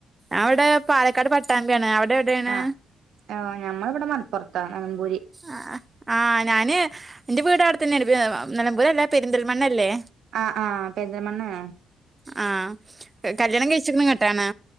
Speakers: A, on the right (about 20°); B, on the right (about 75°).
A: അവിടെ പാലക്കാട് പട്ടാമ്പിയാണ്. അവിടെ.. എവിടെയാണ്
B: ആഹ് ആ ഞമ്മളിവിടെ മലപ്പുറത്താണ് നെലമ്പുര്
A: ആ ആഹ് ഞാന് എന്റെ വീട്, അവിടെത്തന്നെ ആണ്. നിലമ്പൂര് അല്ല പെരിന്തൽമണ്ണല്ലേ?
B: ആഹ് ആഹ പെരിന്തൽമണ്ണയാ.
A: ആഹ് കല്യാണം കഴിച്ചത് ഇങ്ങോട്ടാണ്.